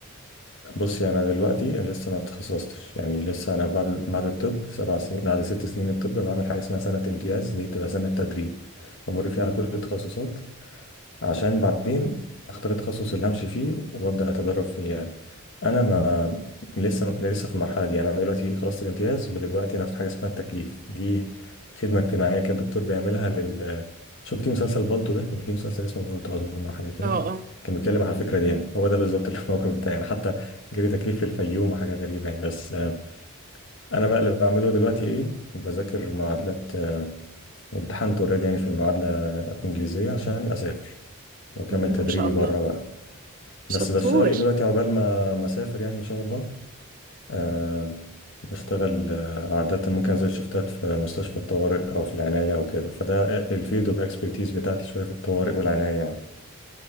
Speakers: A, on the left (about 60°); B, on the right (about 40°).
A: بصي انا دلوقتي لسه ما اتخصصتش يعني لسه انا بعد بعد الطب سبع سنين بعد ست سنين الطب بعمل حاجه اسمها سنه امتياز دي بتبقى سنه تدريب بمر فيها على كل التخصصات عشان بعدين اختار التخصص اللي همشي فيه وابدا اتدرب فيه يعني انا ما لسه لسه في المرحله دي يعني انا دلوقتي خلصت الامتياز ودلوقتي انا في حاجه اسمها التكليف دي خدمه اجتماعيه كان الدكتور بيعملها لل شفتي مسلسل بالطو ده كان في مسلسل اسمه بالطو اظن أو حاجه كده
B: اه اه
A: كان بيتكلم على الفكره دي يعني هو ده بالظبط <laughs> الموقف بتاعي يعني حتى جري تكليف في الفيوم وحاجه غريبه يعني بس آه، انا بقى اللي بعمله دلوقتي ايه بذاكر معادلات آه، وامتحنت اوريدي يعني في المعادله الانجليزيه عشان اسافر واكمل
B: مهم.
A: تدريبي
B: ما شاء الله
A: بره بقى بس
B: شطور
A: بشتغل ايه دلوقتي عقبال ما ما اسافر يعني ان شاء الله أه بشتغل آه، عادة ممكن انزل شفتات في مستشفى الطوارئ او في العناية او كده فده الفيلد اوف اكسبرتيز بتاعتي شوية في الطوارئ والعناية يعني